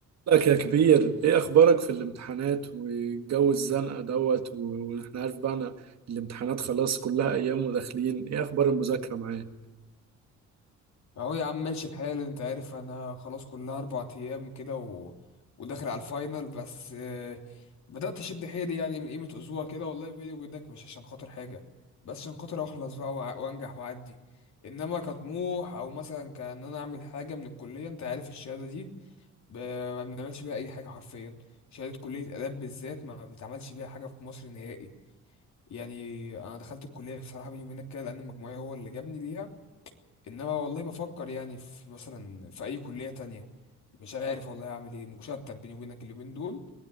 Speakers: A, on the right (about 60°); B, on the left (about 65°).
A: لك يا كبير ايه اخبارك في الامتحانات والجو الزنقه دوت و- واحنا عارف بقى انا الامتحانات خلاص كلها ايام وداخلين ايه اخبار المذاكره معاك
B: اهو يا عم ماشي الحال انت عارف انا خلاص كلها اربع ايام كده و... وداخل على الفاينل بس آه، بدأت اشد حيلي يعني من قيمة اسبوع كده والله بيني وبينك مش عشان خاطر حاجة بس عشان خاطر اخلص بقى وع- وانجح واعدي انما كطموح او مثلا كان انا اعمل حاجة من الكلية انت عارف الشهادة دي ب... ما بنعملش بيها اي حاجة حرفيا شهادة كلية آداب بالذات ما بيتعملش بيها حاجة في مصر نهائي يعني انا دخلت الكلية بصراحة بيني وبينك كده لان مجموعي هو اللي جابني ليها انما والله بفكر يعني في مثلا في اي كلية تانية مش عارف والله اعمل ايه مشتت بيني وبينك اليومين دول